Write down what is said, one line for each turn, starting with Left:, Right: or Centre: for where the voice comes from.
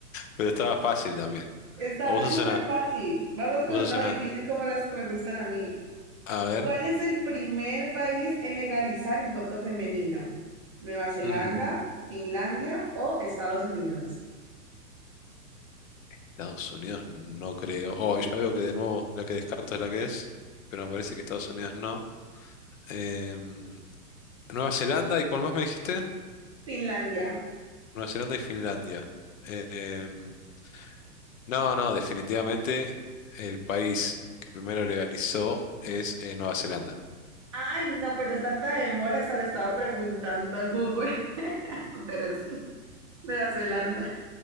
Left: pero estaba fácil también.
Right: Estaba
Left: O vos
Right: súper
Left: sos una,
Right: fácil. Vamos con
Left: vos
Right: una
Left: sos una,
Right: difícil como las que me gustan a mí.
Left: a ver,
Right: ¿Cuál es el primer país en legalizar el voto femenino? ¿Nueva Zelanda,
Left: mm,
Right: Finlandia o Estados Unidos?
Left: Estados Unidos no creo. Oh, ya veo que de nuevo la que descarto es la que es, pero me parece que Estados Unidos no. Em, Nueva Zelanda, ¿y cuál más me dijiste?
Right: Finlandia.
Left: Nueva Zelanda y Finlandia. Em, No, no, definitivamente el país que primero legalizó es eh, Nueva Zelanda.
Right: Ay, no, pero es tanta demora, hasta le estaba preguntando a Google, <laughs> pero sí, Nueva Zelanda.